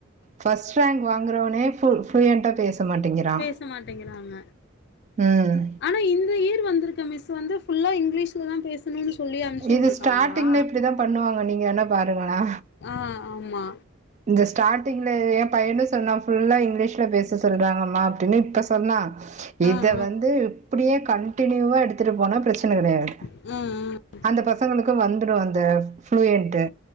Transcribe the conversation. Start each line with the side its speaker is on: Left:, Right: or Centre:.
Right: ஃபர்ஸ்ட் ரேங்க் வாங்குறவ்னே ஃபுல் ஃப்ளூயன்ட்டா பேச மாட்டிங்கிறான்
Left: பேச மாட்டேங்கிறாங்க
Right: ம்
Left: ஆனா இந்த இயர் வந்துருக்க மிஸ் வந்து ஃபுல்லா இங்லீஷ் லதா பேசணுன் சொல்லி அம்ச்சு
Right: இது
Left: உட்ருக்காங்களா
Right: ஸ்டார்ட்டிங்ல இப்படிதான் பண்ணுவாங்க நீங்க வேன்னா பாருங்களா
Left: ஆ ஆம்மா
Right: இந்த ஸ்டார்டிங்ல ஏ பையனு சொன்னா ஃபுல்லா இங்லிஷ்ல பேச சொல்றாங்கம்மா அப்டின்னு இப்ப சொன்னா
Left: ஆ
Right: இத
Left: ஆ
Right: வந்து இப்புடியே கன்டிநியூவா எடுத்துட்டு போனா ப்ரச்சன கடையாத்
Left: ம் ம்
Right: அந்த பசங்களுக்கு வந்துடும் அந்த ஃபுளுயண்ட்டு